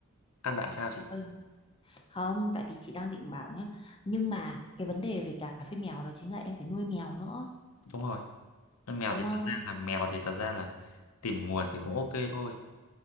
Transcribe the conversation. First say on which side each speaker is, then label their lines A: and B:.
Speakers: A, on the left (about 85°); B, on the left (about 25°).
A: căn bản sao chị
B: ơi không tại vì chị đang định bảo nhá nhưng mà cái vấn đề về cà phê mèo đó chính là em phải nuôi mèo nữa
A: đúng rồi con mèo
B: đúng
A: thì
B: không
A: thật ra là mèo thì thật ra là tìm nguồn thì cũng ok thôi